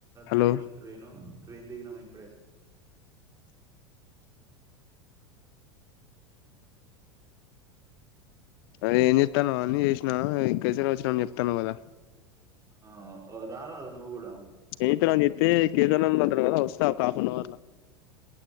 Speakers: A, on the left; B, on the right.
A: హలో
B: దిగినం ట్రైను ట్రైన్ దిగినాం ఇప్పుడే
A: అదే ఏం చేతనవ్ అన్నీ చేతనవ్ ఎంకసిరి వచ్చినా అని చెప్తా అన్నవ్ కదా
B: ఆ రారాదు నువ్వు కూడా
A: ఎతేనని జేప్తే కేదార్ నాథ్ అంతరు కదా వస్తా ఒక హాఫ్ అన్ అవర్ లో